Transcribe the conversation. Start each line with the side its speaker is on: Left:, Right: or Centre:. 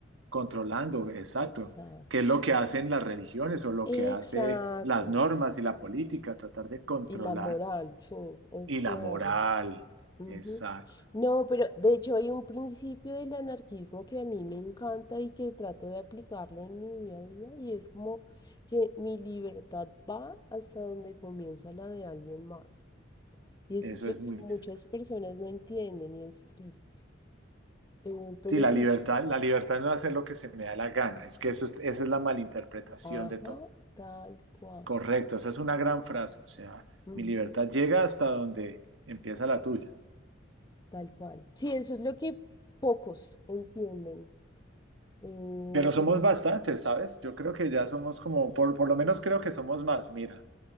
Right: controlando, exacto,
Left: Exacto.
Right: que es lo que hacen las religiones o lo
Left: Exacto.
Right: que hace las normas y la política, tratar de controlar
Left: Y la moral, sí, es
Right: y
Left: cierto.
Right: la moral,
Left: Ujú.
Right: exacto,
Left: No, pero de hecho hay un principio del anarquismo que a mí me encanta y que trato de aplicarlo en mi día a día y es como que mi libertad va hasta donde comienza la de alguien más. Y
Right: eso
Left: eso es lo
Right: es
Left: que
Right: muy
Left: muchas
Right: cierto.
Left: personas no entienden y es triste. Eh, pero
Right: Sí, la
Left: sí,
Right: libertad, la libertad no es hacer lo que se me da la gana, es que eso es- esa es la malinterpretación
Left: Ajá,
Right: de todo.
Left: tal cual.
Right: Correcto, esa es una gran frase, o sea,
Left: ujú,
Right: mi libertad llega hasta donde empieza la tuya.
Left: tal cual. Sí, eso es lo que pocos entienden. eh,
Right: Pero somos
Left: pero,
Right: bastantes, ¿sabes? Yo creo que ya somos como, por, por lo menos creo que somos más, mira.